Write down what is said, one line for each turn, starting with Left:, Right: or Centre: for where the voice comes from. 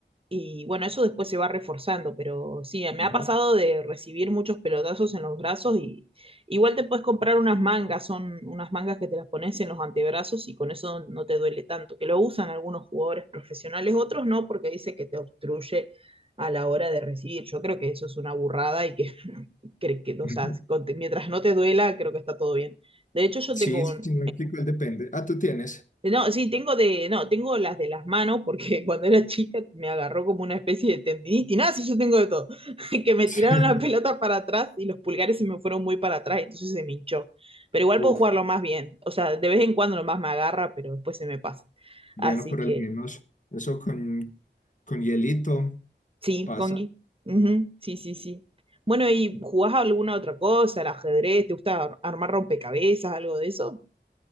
Right: Y bueno, eso después se va reforzando, pero sí, me ha
Left: Ajá.
Right: pasado de recibir muchos pelotazos en los brazos y igual te puedes comprar unas mangas, son unas mangas que te las pones en los antebrazos y con eso no te duele tanto, que lo usan algunos jugadores profesionales, otros no, porque dice que te obstruye a la hora de recibir. Yo creo que eso es una burrada y que, <laughs> creo que, o
Left: <laughs>
Right: sea, con- mientras no te duela, creo que está todo bien. De hecho, yo
Left: Sí,
Right: tengo
Left: sí,
Right: un,
Left: me explico, él depende. Ah, tú tienes.
Right: no, sí, tengo de, no, tengo las de las manos porque <laughs> cuando era chica me agarró como una especie de tendinitis, nada, sí, yo tengo de todo, <laughs> que me
Left: <laughs>
Right: tiraron la pelota para atrás y los pulgares se me fueron muy para atrás, entonces se me hinchó. Pero igual
Left: Uf,
Right: puedo jugarlo más bien, o sea, de vez en cuando nomás me agarra, pero después se me pasa.
Left: bueno,
Right: Así
Left: pero
Right: que,
Left: al menos eso con, con hielito
Right: sí,
Left: pasa.
Right: Congi, Ujú, sí, sí, sí. Bueno, ¿y jugás a alguna otra cosa? ¿El ajedrez? ¿Te gusta ar- armar rompecabezas, algo de eso?